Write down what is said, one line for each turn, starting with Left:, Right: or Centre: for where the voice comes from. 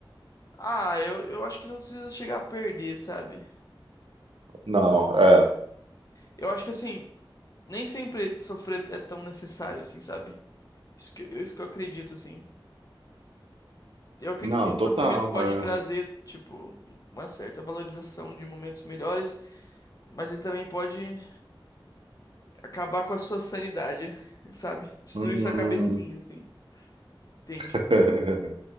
Left: Ah, eu, eu acho que não precisa chegar a perder, sabe?
Right: Não, é.
Left: Eu acho que, assim, nem sempre sofrer é tão necessário, assim, sabe? Isso que, eu- isso que eu acredito, assim. Eu acredito
Right: Não,
Left: que o
Right: total.
Left: sofrimento pode
Right: É.
Left: trazer, tipo, uma certa valorização de momentos melhores. Mas ele também pode acabar com a sua sanidade, sabe? Destruir
Right: Hum.
Left: sua cabecinha, assim. Entende?
Right: <laughs>